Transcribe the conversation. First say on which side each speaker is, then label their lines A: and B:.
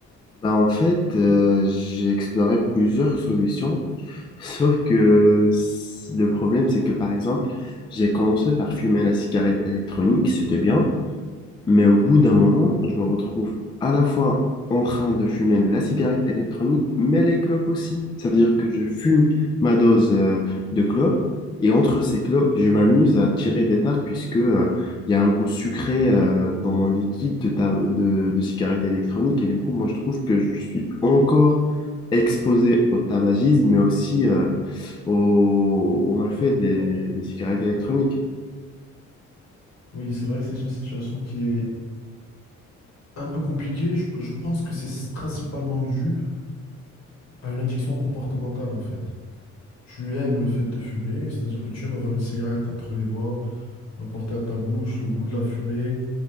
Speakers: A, on the left; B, on the left.
A: Bah, en fait, euh, j'ai exploré plusieurs solutions, <laughs> sauf que s- le problème, c'est que par exemple, j'ai commencé par fumer la cigarette électronique, c'était bien, mais au bout d'un moment, je me retrouve à la fois en train de fumer la cigarette électronique, mais les clopes aussi. Ça veut dire que je fume ma dose euh, de clopes et entre ces clopes, je m'amuse à tirer des taffes puisque euh, il y a un goût sucré euh, dans mon liquide de, ta- de, de cigarette électronique. Et du coup, moi, je trouve que je suis encore exposé au tabagisme, mais aussi euh, au, au malfait
B: Ouais,
A: des,
B: pourquoi
A: des cigarettes électroniques.
B: Oui, c'est vrai que c'est une situation qui est un peu compliquée. Je, je pense que c'est principalement dû à une addiction comportementale, en fait. Tu aimes le fait de fumer, c'est-à-dire que tu aimes avoir une cigarette entre les doigts, la porter à ta bouche, le goût de la fumée.